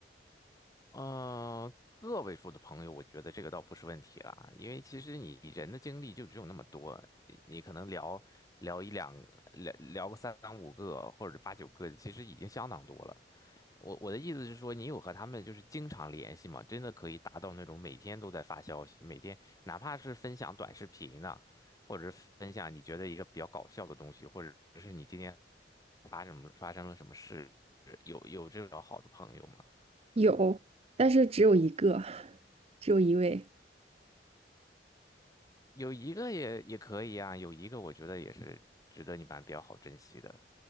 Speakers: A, on the left; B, on the right.
A: 呃，个位数的朋友，我觉得这个倒不是问题了啊，因为其实你人的精力就只有那么多，你你可能聊聊一两聊聊个三五个或者八九个，其实已经相当多了。我我的意思是说，你有和他们就是经常联系吗？真的可以达到那种每天都在发消息，每天哪怕是分享短视频呢，或者是分享你觉得一个比较搞笑的东西，或者是你今天发什么发生了什么事，有有这种好的朋友吗？
B: 有，但是只有一个，只有一位，
A: 有一个也也可以啊，有一个我觉得也是值得你们比较好珍惜的。